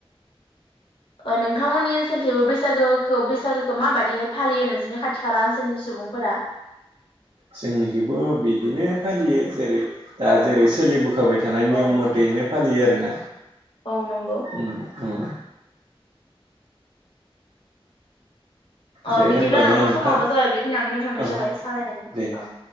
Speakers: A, on the left; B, on the right.
A: ओ नोंथांमोननि ओनसोलथिबो बैसागोखौ बैसागोखौ माबादिहाय फालियो नोंसोरनि खाथि खाला ओनसोलनि सुबुंफोरा।
B: जोंनिखौबो बिदिनो फालियो जेरै। दा
A: औ
B: जेरै सोलिबोखाबाय थानाय
A: औ
B: नियम मथेैनो। फालियो आरोना।
A: औ नंगौ
B: उम उम।
A: औ
B: दे
A: बिदिब्ला
B: होनबा न' नोंथां
A: समाबो जाबाय बेखिनियावनो दोनथ'नाय जाबाय
B: औ
A: सावरायनायखौ
B: दे।
A: औ।